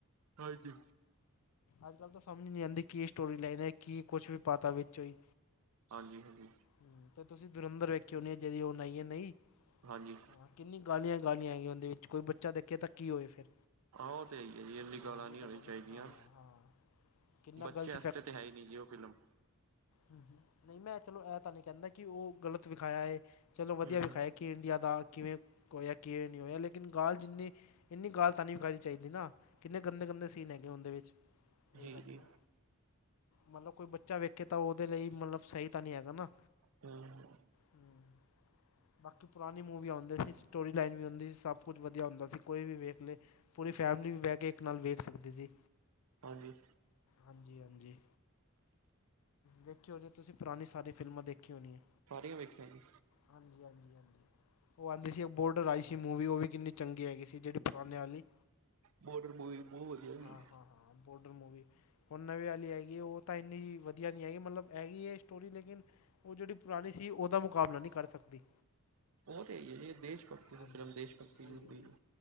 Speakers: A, on the right (about 75°); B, on the left (about 75°).
A: ਹਾਂਜੀ।
B: ਅੱਜ-ਕੱਲ ਤਾਂ ਸਮਝ ਨੀ ਆਉਂਦੀ ਕੀ ਸਟੋਰੀ ਲਾਈਨ ਹੈ ਕੀ ਕੁਛ ਵੀ ਪਤਾ ਵਿਚੋਂ ਈ।
A: ਹਾਂਜੀ-ਹਾਂਜੀ
B: ਹ ਤੇ ਤੁਸੀਂ ਦੁਰੰਧਰ ਵੇਖੇ ਹੋਣੀ ਆ ਜਿਦੀ ਹੁਣ ਆਈਐ ਨਈ।
A: ਹਾਂਜੀ।
B: ਹਾਂ ਕਿੰਨੀ ਗਾਲੀਆਂ-ਗਾਲੀਆਂ ਆਈਆਂ ਉਦੇ ਵਿੱਚ ਕੋਈ ਬੱਚਾ ਦੇਖੇ ਤਾਂ ਕੀ ਹੋਏ ਫਿਰ।
A: ਹਾਂ ਓ ਤੇ ਹੈ ਈ ਐ ਜੀ <unintelligible>
B: ਹਾਂ
A: ਗਾਲਾਂ
B: ਉਹੀ
A: ਨੀ
B: ਤਾਂ
A: ਹੋਣੀ
B: ਗੱਲ ਹੈ
A: ਚਾਈਦੀਆਂ
B: ਨਾ ਹਾਂ ਹਾਂ ਕਿੰਨਾ
A: ਬੱਚਿਆਂ
B: ਗਲਤ
A: ਵਾਸਤੇ ਤਾਂ ਹੈ ਈ ਨੀ ਜੀ ਓ ਫਿਲਮ।
B: ਹੂੰ-ਹੂੰ ਨਾਇਬਮੈਂ ਚਲੋ ਐ ਤਾਂ ਨੀ ਕੈਂਦਾ ਕੀ ਓ ਗ਼ਲਤ ਵਿਖਾਇਆ ਏ ਚਲੋ ਵਧੀਆ
A: ਹੂੰ,
B: ਵਿਖਾਏ ਕੀ ਇੰਡੀਆ ਦਾ ਕਿਵੇਂ ਹੋਇਆ ਕਿ ਨਈ ਹੋਇਆ ਲੇਕਿਨ ਗਾਲ ਜਿੰਨੀ ਇਨੀ ਗੱਲ ਤਾਂ ਨੀ <unintelligible> ਚਾਹੀਦੀ ਨਾ ਕਿੰਨੇ ਗੰਦੇ-ਗੰਦੇ ਸੀਨ ਹੈਗੇ ਔਂਦੇ ਵਿੱਚ ਕੋਈ
A: ਜੀ-ਜੀ,
B: ਗੱਲ ਨੀ ਮੱਲਬ ਕੋਈ ਬੱਚਾ ਵੇਖੇ ਤਾਂ ਉਹਦੇ ਲਈ ਮੱਲਬ ਸਹੀ ਤਾਂ ਨੀਂ ਹੈਗਾ ਨਾ।
A: ਹਮ।
B: ਹਮ। ਬਾਂਕੀ ਪੁਰਾਣੀਂ ਮੂਵੀ ਆਉਂਦੀ ਸੀਂ, ਸਟੋਰੀ ਲਾਈਨ ਵੀ ਆਉਂਦੀ ਸੀਂ, ਸਭ ਕੁੱਝ ਵਧੀਆਂ ਹੁੰਦਾਂ ਸੀਂ ਕੋਈ ਵੀ ਵੇਖ ਲਏ। ਪੂਰੀ ਫੈਮਿਲੀ ਵੀ ਬਹਿ ਕੇ ਇੱਕ ਨਾਲ਼ ਵੇਖ ਸਕਦੀ ਸੀਂ।
A: ਹਾਂਜੀ।
B: ਹਾਂਜੀ- ਹਾਂਜੀ। ਦੇਖਿਓ ਜੇ ਤੁਸੀਂ ਪੁਰਾਣੀਂ ਸਾਰੀ ਫ਼ਿਲਮਾਂ ਦੇਖੀਂ ਹੋਣੀਂ ਆ।
A: ਸਾਰੀਆਂ ਵੇਖੀਆਂ ਜੀ।
B: ਹਾਂਜੀ- ਹਾਂਜੀ, ਹਾਂਜੀ ਉਹ ਆਂਦੀ ਸੀਂ ਬੋਡਰ ਆਈਂ ਸੀਂ। ਮੂਵੀ ਉਹ ਵੀ ਕਿੰਨੀਂ ਚੰਗੀ ਹੈਗੀ ਸੀਂ, ਜਿਹੜੀ ਪੁਰਾਣੇਂ ਵਾਲ਼ੀ।
A: ਬੋਡਰ ਮੂਵੀ। ਬਹੁਤ ਵਧੀਆ
B: ਹਾਂ-
A: ਸੀ।
B: ਹਾਂ, ਹਾਂ ਬੋਡਰ ਮੂਵੀ। ਹੁਣ ਨਵੇਂ ਵਾਲ਼ੀ ਹੈਗੀ ਉਹ ਤਾਂ ਇੰਨੀਂ ਵਧੀਆਂ ਨੀਂ ਹੈਗੀ, ਮੱਤਲਬ ਹੈਗੀ ਏਂ ਸਟੋਰੀ ਲ਼ੇਕਿਨ। ਉਹ ਜਿਹੜੀ ਪੁਰਾਣੀਂ ਸੀਂ ਉਹਦਾ ਮੁਕ਼ਾਬਲਾ ਨੀਂ ਕਰ ਸਕਦੀ।
A: ਉਹ ਤਾਂ ਹੈਂ ਹੀ ਏਂ ਜੀ ਦੇਸ਼ ਭਗਤੀ
B: ਹਾਂਜੀ
A: ਦੀ ਫ਼ਿਲਮ
B: ਹਾਂਜੀ
A: ਦੇਸ਼ ਭਗਤੀ
B: ਉਹੀ
A: ਦੀ ਹੁੰਦੀ
B: ਉਹੀ
A: ਏਂ।